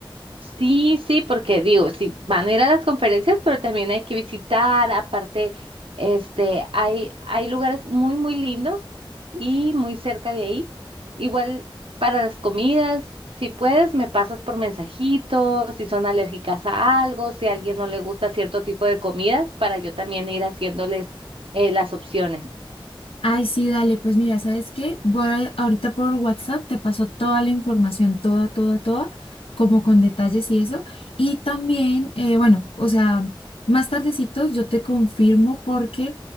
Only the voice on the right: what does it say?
Sí, sí, porque digo, sí, van a ir a las conferencias, pero también hay que visitar, aparte, este, hay, hay lugares muy, muy lindos y muy cerca de ahí. Igual para las comidas, si puedes, me pasas por mensajitos, si son alérgicas a algo, si a alguien no le gusta cierto tipo de comidas, para yo también ir haciéndoles eh, las opciones.